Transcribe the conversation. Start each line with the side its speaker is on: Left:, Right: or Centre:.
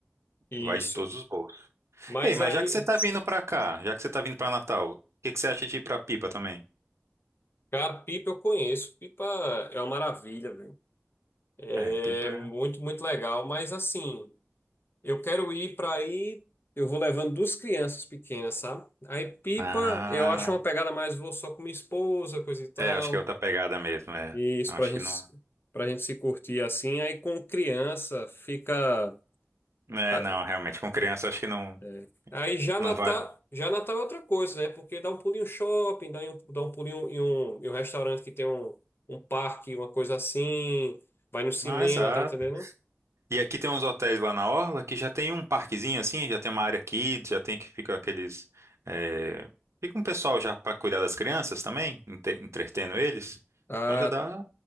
Left: Isso.
Right: vai de todos os bolsos.
Left: Mas
Right: Ei, mas
Left: aí,
Right: já que você tá vindo pra cá, já que você tá vindo pra Natal, o que que você acha de ir pra Pipa também?
Left: cara, Pipa eu conheço. Pipa é uma maravilha, velho. É
Right: É, Pipa.
Left: muito,
Right: é-
Left: muito legal. Mas assim, eu quero ir para aí. Eu vou levando duas crianças pequenas, sabe? Aí Pipa,
Right: Ah,
Left: eu acho uma pegada mais, vou só com minha esposa, coisa e tal.
Right: é, acho que é outra pegada mesmo, é.
Left: E isso
Right: Acho
Left: pra gente,
Right: que não.
Left: pra gente se curtir assim, aí com criança fica.
Right: É,
Left: ah,
Right: não, realmente, com criança acho que não,
Left: é. Aí já Natal,
Right: não vale.
Left: já Natal é outra coisa, né? Porque dá um pulinho em um shopping, dá um, dá um pulinho em um, em um restaurante que tem um, um parque, uma coisa assim, vai no cinema,
Right: Mas, ah,
Left: tá entendendo?
Right: E aqui tem uns hotéis lá na Orla que já tem um parquezinho assim, já tem uma área kids, já tem que fica aqueles. eh, Fica um pessoal já para cuidar das crianças também, entre- entretendo eles.
Left: Ah,
Right: Então já dá.